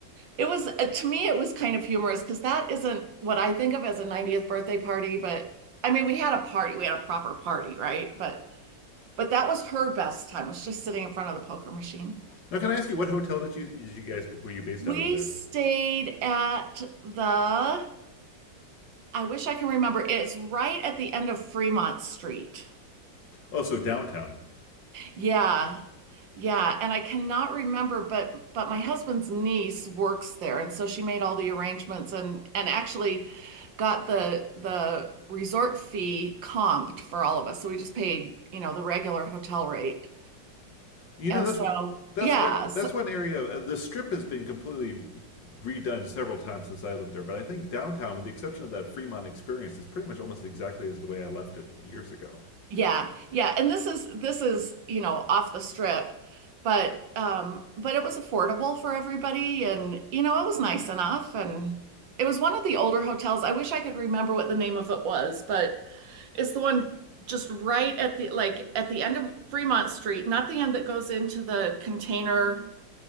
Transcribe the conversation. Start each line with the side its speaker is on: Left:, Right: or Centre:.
Right: it was, uh, to me, it was kind of humorous because that isn't what I think of as a 90th birthday party, but I mean, we had a party, we had a proper party, right? But but that was her best time, was just sitting in front of the poker machine.
Left: can I ask you what hotel that you did you guys were you based
Right: We
Left: out of there?
Right: stayed at the, I wish I can remember, it's right at the end of Fremont Street.
Left: Oh, so downtown.
Right: Yeah. Yeah, and I cannot remember, but but my husband's niece works there, and so she made all the arrangements and and actually got the the resort fee comped for all of us. So we just paid, you know, the regular hotel rate.
Left: You
Right: And
Left: know that's
Right: so,
Left: that's
Right: yeah,
Left: one that's one area. uh, The strip has been completely redone several times since I lived there, but I think downtown, with the exception of that Fremont experience, is pretty much almost exactly as the way I left it years ago.
Right: Yeah, yeah, and this is this is, you know, off the strip, but um but it was affordable for everybody and you know, it was nice enough and it was one of the older hotels. I wish I could remember what the name of it was, but it's the one just right at the like at the end of Fremont Street, not the end that goes into the container